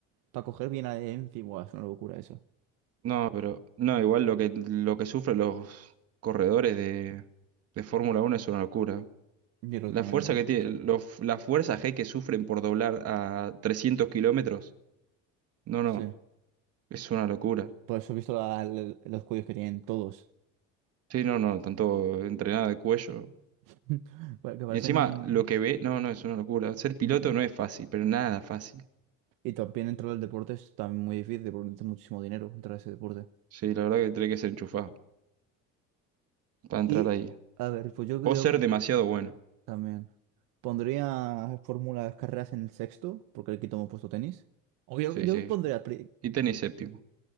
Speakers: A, on the right; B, on the right.
A: para coger bien adherencia, buah, es una locura eso.
B: no, pero no, igual lo que lo que sufren los corredores de, de Fórmula uno es una locura.
A: Yo creo
B: La
A: que también
B: fuerza
A: tengo,
B: que tiene,
A: sí,
B: lo- la fuerza G que sufren por doblar a 300 kilómetros. No,
A: sí.
B: no, es una locura.
A: Por eso he visto la- la- los cuellos que tienen todos.
B: Sí, no, no, tanto entrenada de cuello.
A: <laughs> Pa- Que parecen...
B: Y encima, lo que ve, no, no, es una locura. Ser piloto
A: mm.
B: no es fácil, pero nada fácil.
A: Y también entrar al deporte es también muy difícil porque necesitas muchísimo dinero entrar a ese deporte.
B: Sí, la verdad que tiene que ser enchufado para entrar
A: Y,
B: ahí.
A: a ver, pues yo
B: O
A: creo
B: ser
A: que po-
B: demasiado bueno.
A: también pondría fórmulas, carreras en el sexto, porque aquí tomo puesto tenis. O yo,
B: Sí,
A: yo
B: sí.
A: pondría pri-
B: Y tenis séptimo.